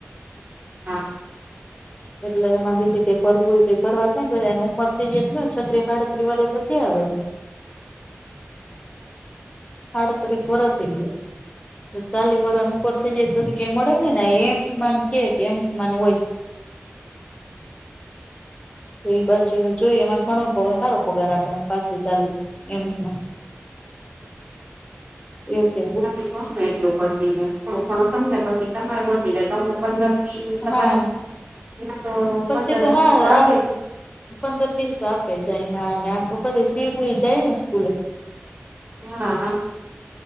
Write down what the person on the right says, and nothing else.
હા.
નથી ખણને એટલું પછી ખોણું ખણું તમને પછી તમારે બતી રહે તમને પંદર થી તમારા
તો
પંદર વીસ
તો આપે છે.
હા.